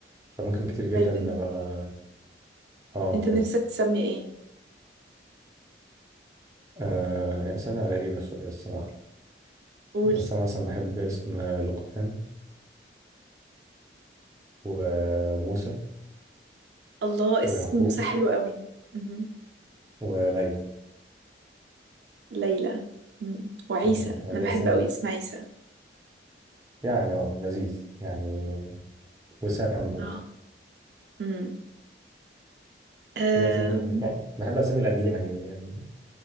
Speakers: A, on the right; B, on the right.
A: فممكن كتير جدا
B: طيب
A: إن
B: انت
A: أبقى آه أقول
B: انت نفسك تسمي ايه
A: آه هي أسامي غريبة شوية الصراحة
B: قول
A: بس أنا مثلا بحب اسم لقمان وموسى
B: الله
A: ويعقوب
B: اسم موسى حلو قوي مهم.
A: وليلى
B: ليلى مم. وعيسى
A: مم. ياسمين
B: انا بحب قوي اسم عيسى
A: يعني اه لذيذ يعني وسام برضه
B: اه مم. أم...
A: دي أسامي يعني بحب الأسامي القديمة
B: تف-
A: دي اللي هي